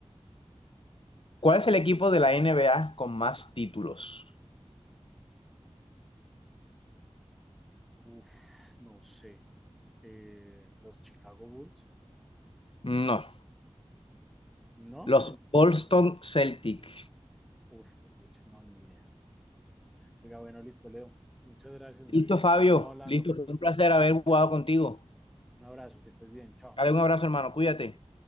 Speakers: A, on the left; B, in the centre.
A: ¿Cuál es el equipo de la NBA con más títulos?
B: Uf, no sé. Eh, los Chicago Bulls.
A: No.
B: No,
A: Los
B: en-
A: Boston Celtics.
B: uf, pucha, no, ni idea. Oiga, bueno, listo, Leo. Muchas gracias, marica.
A: Listo, Fabio.
B: Estamos hablando.
A: Listo. Fue un placer haber jugado contigo.
B: Un abrazo, que estés bien. Chao.
A: Dale un abrazo, hermano. Cuídate.